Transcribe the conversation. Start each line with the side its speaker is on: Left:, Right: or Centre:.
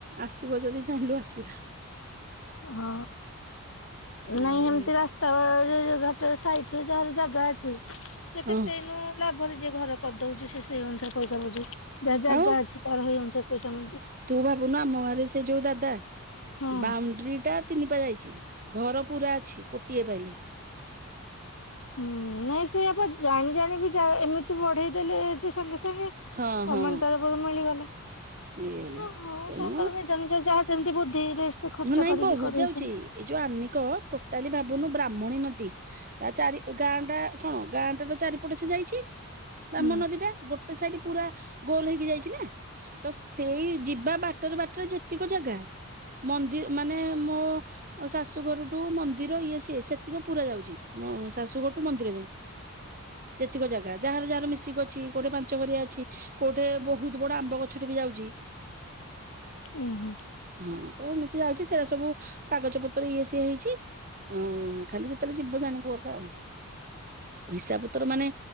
Right: ଆସିବ ଯଦି ଜାଣିଲୁ ଆସିଲା।
Left: ଅ ହ
Right: ଆଉ
Left: ନାଇଁ ଏମତି ରାସ୍ ତା ଯେ ଯୋଉ ଘାଟ ସାଇଟରେ ଯାହାର ଜାଗା ଅଛି ସେ କେତେ
Right: ହଁ
Left: ଏଇନୁ ଲାଭରେ ଯିଏ ଘର କରିଦଉଚି ସିଏ ସେଇ ଅନୁସାରେ ପଇସା ପାଉଚି ଯାର ଜାଗା
Right: ଆଉ
Left: ଅଛି ତାର ସେଇ ଅନୁସାରେ ପଇସା ମିଳୁଚି।
Right: ତୁ ଭାବୁନୁ ଆମ ଗାଁରେ ସେ ଯୋଉ ଦାଦା
Left: ହଁ।
Right: ବାଉଣ୍ଡ୍ରି ଟା ତିନି ପା ଯାଇଛି ଘର ପୁରା ଅଛି କୋଟିଏ ପାଇଲେ।
Left: ହୁଁ ନାଇଁ ସେଇଆ ବା ଜାଣି ଜାଣି ବି ଜା ଏମିତି ବଢେଇ ଦେଲେ ଯେ ସାଙ୍ଗେ ସାଙ୍ଗେ
Right: ହଁ
Left: ଗମେଣ୍ଟ
Right: ହଁ
Left: ତରଫରୁ ମିଳିଗଲେ।
Right: ମିଳିଗଲା
Left: ଓ ହୋ
Right: ତେଣୁ
Left: ତାଙ୍କର ନିଜ ନିଜ ଯାହା ଯେମତି ବୁଦ୍ଧିରେ ସେ ଖର୍ଚ୍ଚ
Right: ହଁ ନାଇଁ
Left: କରିକି
Right: ବହୁତ
Left: କରେଇଛନ୍ତି।
Right: ଯାଉଛି ଏଇ ଯୋଉ ଆନିକ ଟୋଟାଲି ଭାବୁନୁ ବ୍ରାହ୍ମଣୀ ନଦୀ ତା ଚାରି ଗାଁ ଟା କଣ ଗାଁ ଟାର ଚାରିପଟେ ସେ ଯାଇଛି। ବ୍ରହ୍ମଣୀ
Left: ହୁଁ
Right: ନଦୀ ଟା ଗୋଟେ ସାଇଡ ପୁରା ଗୋଲ ହେଇକି ଯାଇଚି ନା। ତ ସେଇ ଯିବା ବାଟରେ ବାଟରେ ଯେତିକ ଜାଗା ମନ୍ଦି ମାନେ ମୋ ଆଉ ଶାଶୁଘରଠୁ ମନ୍ଦିର ଇଏ ସିଏ ସେତିକ ପୁରା ଯାଉଚି ଶାଶୁଘର ଟୁ ମନ୍ଦିର ଯାଏଁ।
Left: ହ <inaudible>
Right: ଯେତିକ ଜାଗା ଯାହାର ଯାହାର ମିଶିକି ଅଛି କୋଉଠି ପାଞ୍ଚ ଘରିଆ ଅଛି କୋଉଠି ବହୁତ ବଡ ଆମ୍ବ ଗ ଛ ଟେ ବି ଯାଉଚି।
Left: ଉଁ ହୁଁ।
Right: ହଁ ତ ଏମିତି ଯାଉଛି ସେଇରା ସବୁ କାଗଜ ପତ୍ର ଇଏ ସିଏ ହେଇଛି। ଅଁ ଖାଲି ଯେତେବେଳେ ଯିବ ଜାଣିବୁ ଗଲା ଆଉ। ହିସାବ ପତ୍ର ମାନେ